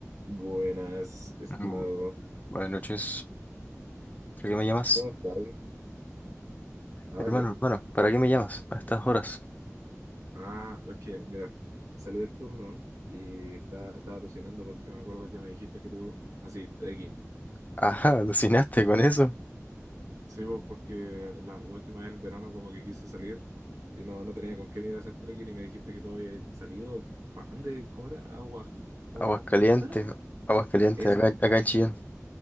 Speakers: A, on the right; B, on the left.
A: Buenas, estimado.
B: Mm, Buenas noches. ¿Para qué me llamas?
A: ¿Cómo estás? Ah,
B: Hermano,
A: ¿qué?
B: hermano, ¿para qué me llamas a estas horas? <laughs>
A: Ah, es que, mira, salí del turno y estaba, estaba alucinando porque me acuerdo que me dijiste que tú, así, trekking.
B: Ajá, alucinaste con eso.
A: Sí, pues, porque la, la última vez en el verano como que quise salir y no, no tenía con quién ir a hacer trekking y me dijiste que tú habías salido, ¿para dónde? ¿Cómo era? ¿Aguas, aguas
B: Aguas calientes,
A: cuántaras?
B: aguas calientes,
A: Eso,
B: acá, acá en Chillán.